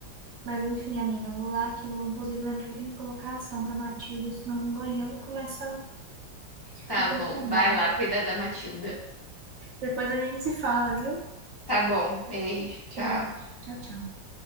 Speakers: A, on the right; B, on the left.
A: Mas enfim, amiga, eu vou lá que eu, inclusive, lembro que eu tenho que colocar ação pra Matilda, senão o gorila começa a
B: tá
A: me perturbar.
B: bom, vai lá cuidar da Matilda.
A: Depois a gente se fala, viu?
B: Tá bom, beijo, tchau.
A: Beijo. Tchau, tchau.